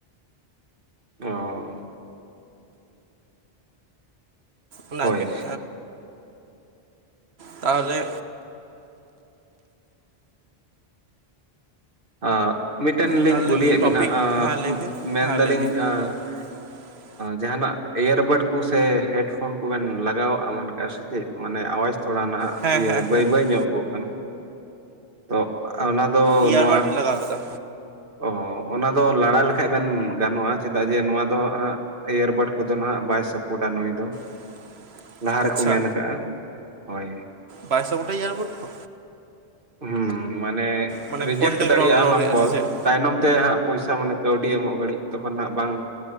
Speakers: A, on the right; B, on the right.
A: ᱚᱻ
B: ᱚᱱᱟ
A: ᱦᱳᱭ
B: ᱜᱮ <inaudible> ᱛᱟᱦᱚᱞᱮ,
A: <unintelligible> ᱢᱤᱫᱴᱮᱱ ᱞᱤᱧ
B: ᱛᱟᱦᱚᱞᱮ
A: ᱠᱩᱞᱤᱭᱮᱫ ᱵᱮᱱᱟ,
B: ᱴᱚᱯᱤᱠ ᱦᱮᱸ ᱞᱟᱹᱭ ᱵᱤᱱ
A: ᱢᱮᱱᱫᱟᱞᱤᱧ
B: ᱦᱮᱸ ᱞᱟᱹᱭ ᱵᱤᱱ
A: <unintelligible>
B: <inaudible>
A: ᱡᱟᱦᱱᱟᱜ ᱤᱭᱟᱨᱵᱟᱰ ᱠᱚ ᱥᱮ ᱦᱮᱰᱯᱷᱳᱱ ᱠᱚᱵᱮᱱ ᱞᱟᱜᱟᱣ ᱮᱢᱟᱱ ᱠᱟᱜ-ᱟ ᱥᱮ ᱪᱮᱫ? ᱢᱟᱱᱮ ᱟᱣᱟᱡᱽ ᱛᱷᱚᱲᱟ ᱱᱟᱦᱟᱜ
B: ᱦᱮᱸ
A: ᱤᱭᱟᱹ
B: ᱦᱮᱸ
A: ᱵᱟᱹᱭ
B: ᱦᱮᱸ
A: ᱵᱟᱹᱭ
B: ᱦᱮᱸ
A: ᱧᱚᱜᱚᱜ ᱠᱟᱱᱟ, ᱛᱚ ᱚᱱᱟ ᱫᱚ
B: ᱤᱭᱟᱨᱵᱟᱴ
A: ᱱᱚᱣᱟ
B: ᱤᱧ ᱞᱟᱜᱟᱣ ᱠᱟᱫᱟ᱾
A: ᱚ ᱚᱱᱟ ᱫᱚ ᱞᱟᱲᱟ ᱞᱮᱠᱷᱟᱡ ᱵᱮᱱ ᱜᱟᱱᱚᱜᱼᱟ, ᱪᱮᱫᱟᱜ ᱡᱮ ᱱᱚᱣᱟ ᱫᱚ ᱦᱟᱸᱜ ᱮᱤᱭᱟᱨᱵᱟᱴ ᱠᱚᱫᱚ ᱱᱟᱦᱟᱜ ᱵᱟᱭ ᱥᱟᱯᱳᱴᱟ ᱱᱩᱭ ᱫᱚ
B: <inaudible>
A: ᱞᱟᱦᱟ
B: ᱟᱪᱪᱷᱟ
A: ᱨᱮᱠᱚ ᱢᱮᱱ ᱠᱟᱜᱼᱟ᱾ ᱦᱳᱭ
B: ᱵᱟᱭ ᱥᱟᱯᱳᱴᱟ ᱮᱭᱟᱨᱵᱟᱴ ᱠᱚ?
A: ᱦᱩᱸ, ᱢᱟᱱᱮ
B: ᱢᱟᱱᱮ
A: ᱨᱮᱡᱮᱠᱴ
B: ᱯᱷᱳᱱ ᱛᱮᱜᱮ
A: ᱫᱟᱲᱮᱭᱟᱜᱼᱟ
B: ᱨᱚᱲ ᱨᱚᱲ
A: ᱚᱱᱟ
B: ᱦᱩᱭᱩᱜᱼᱟ
A: ᱠᱚᱞ᱾
B: ᱥᱮ ᱪᱮᱫ
A: ᱛᱟᱭᱱᱚᱢ ᱛᱮ ᱦᱟᱸᱜ ᱯᱚᱭᱥᱟ ᱢᱟᱱᱮ ᱠᱟᱹᱣᱰᱤ ᱮᱢᱚᱜ ᱜᱷᱟᱹᱲᱤᱡ ᱛᱚᱠᱷᱚᱱ ᱦᱟᱸᱜ ᱵᱟᱝ